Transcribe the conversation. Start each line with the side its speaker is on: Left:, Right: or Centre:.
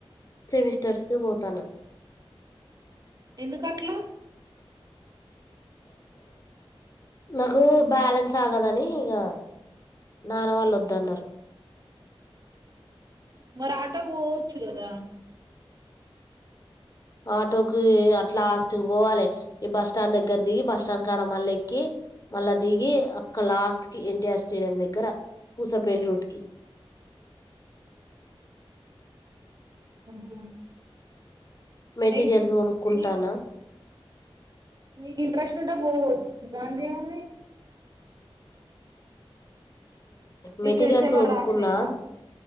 Left: సెమిస్టర్స్ కి పోతాన్నా
Right: ఎందుకట్ల
Left: నాకు బ్యాలెన్స్ ఆగదని ఇగ నాన్న వాళ్ళు వద్దన్నారు
Right: మరి ఆటోకి పోవచ్చు కదా
Left: ఆటో కి అట్లాస్ట్ కి పోవాలే ఈ బస్ స్టాండ్ దగ్గర దిగి బస్ స్టాండ్ కాడ మళ్ళ ఎక్కి మళ్ళ దిగి అక్కడ లాస్ట్ కి ఎన్టీఆర్ స్టేడియం దగ్గర పూసపేలి రూట్ కి
Right: <unintelligible>
Left: మెటీరియల్స్
Right: అయి
Left: కొనుక్కుంటాన్న్
Right: నీ నీకు ఇంట్రెస్ట్ ఉంటే పోవచు దండెంవుంది మీ
Left: మెటీరియల్స్
Right: ఫ్రెండ్స్ ఎవరు
Left: కొనుక్కున్నా
Right: రాట్లేరా